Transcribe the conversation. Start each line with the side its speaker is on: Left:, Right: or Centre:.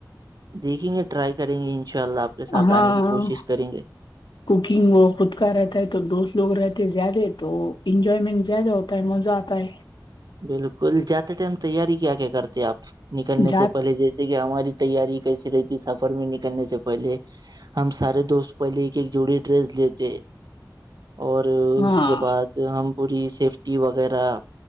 Right: دیکھیں گے ٹرائی کریں گے ان شاء اللہ آپ کے ساتھ
Left: ہاں
Right: آنے کی کوشش کریں گے
Left: کوکنگ وہ خود کا رہتا ہے تو دوست لوگ رہتے زیادہ تو انجوائمنٹ زیادہ ہوتا آت مزہ آتا ہے
Right: بالکل جاتے ٹائم تیاری کیا کیا کرتے آپ نکلنے
Left: جات
Right: سے پہلے جی جیسے کہ ہماری تیاری کیسی رہی تھی سفر میں نکلنے سے پہلے ہم سارے دوست پہلے ایک ایک جوڑی ڈریس لیتے اور
Left: ہاں
Right: اس کے بعد ہم پوری سیفٹی وغیرہ